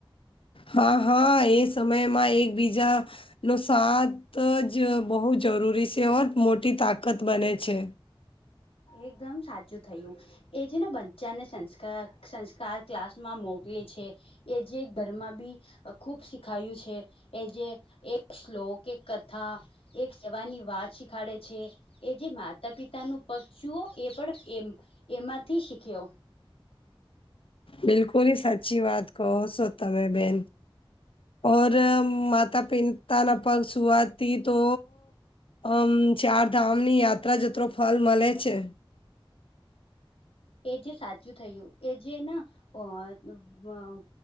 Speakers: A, on the left; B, on the left.
A: હા હા એ સમયમાં એકબીજા એનો સાત જ બહુ જરૂરી છે ઓર મોટી તાકાત બને છે
B: એકદમ સાચું થયું એ છે ને બચ્ચાને સંસ્કા સંસ્કાર ક્લાસમાં મોકલે છે એ જે ઘરમાં બી ખુબ શીખાવ્યુ છે એ જે એક શ્લોક એક કથા એક સેવાની વાત શીખાડે છે એ જે માતા પિતાનું પક્સુઓ એ પણ એમ એમાંથી શીખ્યો
A: બિલકુલ સાચી વાત કહો છો તમે બેન ઔર માતા પિતા ના પક્ષવાતી તો આમ ચાર ધામની યાત્રા જત્રો ફલ મળે છે
B: એ જે સાચું થયું એ જે ના અ